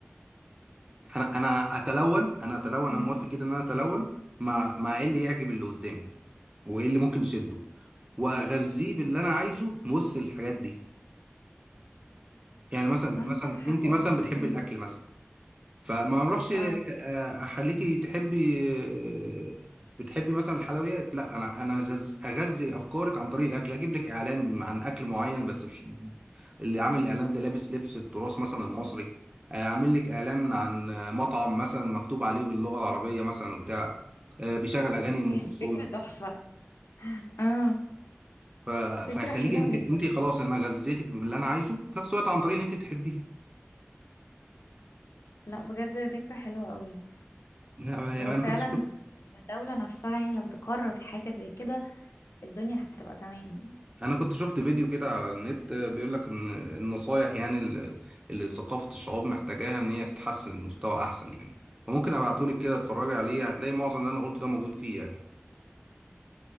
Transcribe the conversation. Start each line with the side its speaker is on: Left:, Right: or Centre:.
Right: انا انا اتلون انا اتلون
Left: مم.
Right: انا موافق جدا ان انا اتلون ما ما ايه اللي يعجب اللي قدامي وايه اللي ممكن يشده واغذيه باللي انا عايزه وسط الحاجات دي يعني مثلا
Left: عندك
Right: مثلا
Left: حق
Right: انت مثلا
Left: والله
Right: بتحبي
Left: مم.
Right: الاكل مثلا فما نروحش ك-
Left: اه
Right: آه، اخليكي تحبي آه، بتحبي مثلا الحلويات لا انا انا أغز... اغذي افكارك عن طريق الاكل اجيب لك اعلان عن اكل معين بس مش... اللي عامل الاعلان ده لابس لبس التراث مثلا المصري آه، اعمل لك اعلان عن آه، مطعم مثلا مكتوب عليه باللغه العربيه مثلا بتاع بيشغل
Left: <laughs>
Right: اغاني
Left: هنتكلم.
Right: ام كلثوم
Left: فكرة تحفة اه
Right: ف...
Left: فكرة
Right: فهيخليك
Left: حلوة
Right: انت
Left: جدا
Right: انت خلاص انا غذيتك باللي انا عايزه في نفس الوقت عن طريق اللي انت بتحبيه <laughs>
Left: لا بجد فكرة حلوة قوي
Right: آه،
Left: هو
Right: انا
Left: فعلا
Right: كنت
Left: الدولة نفسها يعني لو تقرر حاجة زي كده الدنيا هتبقى تمام
Right: انا كنت شفت فيديو كده على النت بيقول لك ان النصايح يعني ال- اللي ثقافة الشعوب محتاجاها ان هي تتحسن لمستوى احسن يعني فممكن ابعتهولك كده اتفرجي عليه هتلاقي معظم اللي انا قلته ده موجود فيه يعني